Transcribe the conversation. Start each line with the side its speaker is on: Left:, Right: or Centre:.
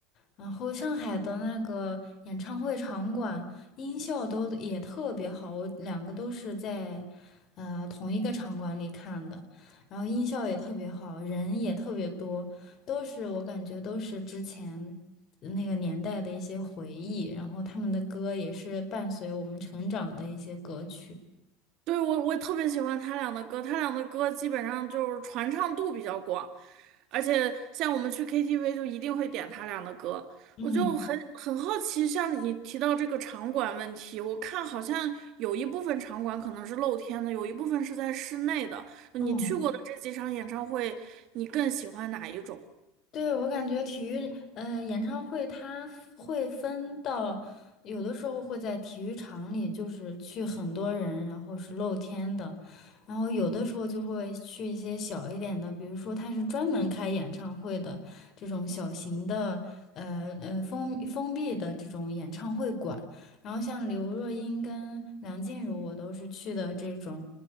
Left: 然后上海的那个演唱会场馆音效都也特别好，我两个都是在呃同一个场馆里看的，然后音效也特别好，人也特别多，都是我感觉都是之前那个年代的一些回忆，然后他们的歌也是伴随我们成长的一些歌曲。
Right: 对，我我特别喜欢他俩的歌，他俩的歌基本上就是传唱度比较广。而且像我们去 KTV 就一定会点他俩的歌，
Left: 嗯
Right: 我就很很好奇，像你提到这个场馆问题，我看好像有一部分场馆可能是露天的，有一部分是在室内的。你去过的这几场演唱会，
Left: 嗯，
Right: 你更喜欢哪一种
Left: 对，我感觉体育，呃，演唱会它会分到，有的时候会在体育场里，就是去很多人，然后是露天的，然后有的时候就会去一些小一点的，比如说它是专门开演唱会的这种小型的，呃呃封封闭的这种演唱会馆，然后像刘若英跟梁静茹，我都是去的这种，